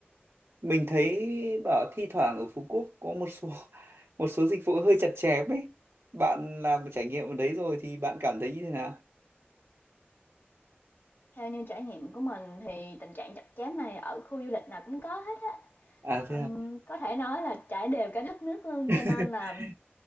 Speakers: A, on the right; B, on the left.
A: mình thấy bảo thi thoảng ở Phú Quốc có một số <laughs> một số dịch vụ hơi chặt chém ấy. Bạn làm một trải nghiệm ở đấy rồi thì bạn cảm thấy như thế nào?
B: Theo như trải nghiệm của mình thì tình trạng chặt chém này ở khu du lịch nào cũng có hết á.
A: À thế
B: Ừm,
A: à?
B: có thể nói là trải đều cả đất nước luôn,
A: <laughs>
B: cho nên là